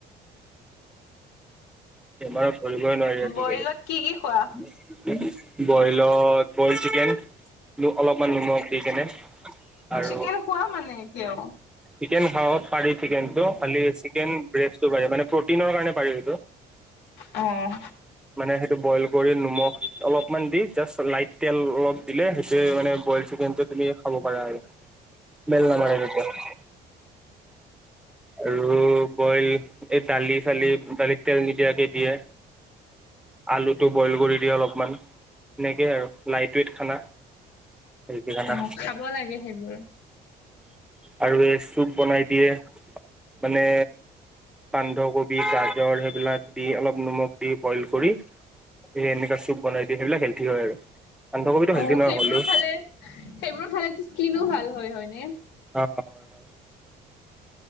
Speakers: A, in the centre; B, on the left (about 85°).
A: বেমাৰত ধৰিবই নোৱাৰি আজিকালি।
B: বইলত কি কি খোৱা
A: বইলত, বইল চিকেন অলপমান নিমখ দি কেনে আৰু
B: চিকেন খোৱা মানে এতিয়াও।
A: চিকেন খাব পাৰি চিকেনটো, খালি চিকেন ব্ৰেষ্টটো পাৰি, মানে প্ৰটিনৰ কাৰণে পাৰি।
B: উম।
A: মানে সেইটো বইল কৰি, নিমখ অলপমান দি, জাষ্ট লাইট তেল অলপ দিলে, সেইটোৱেই মানে বইল চিকেন য়ে খাব পাৰা আৰু, স্মেল নামাৰে কেতিয়াওঁ। উম, বইল এই দালি চালি, দালিত তেল নিদিয়াকে দিয়া। আলুটো বইল কৰি দিয়ে অলপমান, সেনেকেই আৰু লাইট ৱেইট খানা। হেল্ডি খানা
B: অ', খাব লাগে সেইবোৰ।
A: আৰু এই চুপ বনাই দিয়ে, মানে বান্ধাকবি, গাজৰ সেইবিলাক দি, অলপ নিমখ দি বইল কৰি। সেই এনেকা চুপ বনাই দিয়ে, সেইবিলাক হেলঠি হয় আৰু। বান্ধাকবিটো হেল্ডি
B: অ'
A: নহয়
B: সেইবোৰ
A: হ'লেও
B: খালে সেইবোৰ খালে স্কিনো ভাল হয় হয় ন'?
A: অ' হয় হয়।